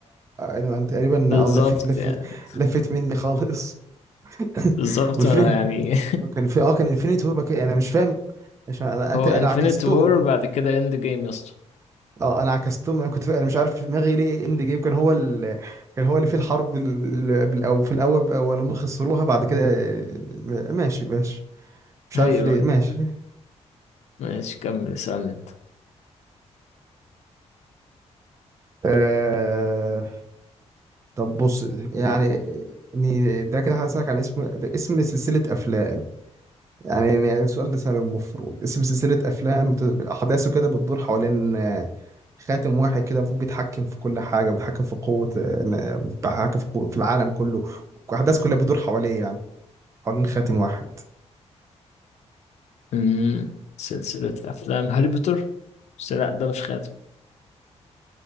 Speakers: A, on the right (about 25°); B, on the left (about 70°).
A: انا أنا تقريبا
B: بالظبط
A: اه لفت لفت
B: يعني
A: لفت مني خالص <laughs>
B: بالظبط
A: والفيلم
B: انا يعني
A: كان في اه كان انفينيتي وور كده انا مش فاهم عشان
B: <laughs>
A: انا
B: هو
A: أت-
B: انفينيت
A: انا عكستهم
B: وور بعد كده اند جيم يا اسطى
A: اه انا عكستهم انا كنت فا... انا مش عارف في دماغي ليه اند جيم كان هو ال... كان هو اللي فيه الحرب ال- قبل او في الاول بقى، ولما خسروها بعد كده آه، ماشي ماشي مش
B: ايوه
A: عارف ليه
B: ايوه
A: ماشي
B: ماشي كمل اسألني انت
A: آه... طب بص يعني إني- ده كده هسألك عن اسم ده اسم سلسلة افلام يعني يعني السؤال ده سهل المفروض اسم سلسلة أفلام بت- أحداثه كده بتدور حوالين آه، خاتم واحد كده المفروض بيتحكم في كل حاجة وبيتحكم في قوة آه، بيتحكم في قوة في العالم كله وأحداث كلها بتدور حواليه يعني حوالين خاتم واحد
B: أمم، سلسلة افلام هاري بوتر بس لا ده مش خاتم